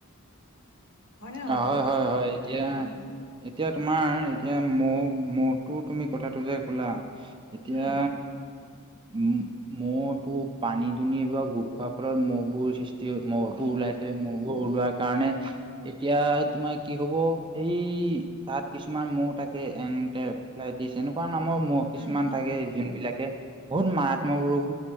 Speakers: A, on the left; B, on the right.
A: হয়নে নহয়
B: অ',
A: বাৰু
B: হয়,
A: কোৱাচোন
B: হয়,
A: তুমি?
B: হয় এতিয়া
A: উম
B: এতিয়া তোমাৰ এতিয়া মোক মতো তুমি কথাটো যে কলা এতিয়া
A: উম
B: উ মহ এইবোৰ পানী দুন এইবোৰ গোট খোৱাৰ ফলত মহবোৰ সৃষ্টি এ ম'হবোৰ
A: উম
B: ওলাইছে ম'বোৰ ওলোৱোৱা কাৰণে এতিয়া তোমাৰ কি হব এই তাত কিছুমান ম থাকে এ এনেকুৱা নামৰ মহ কিছুমান
A: উম
B: যোন বিলাকে বহুত মাৰাত্মক ৰূপ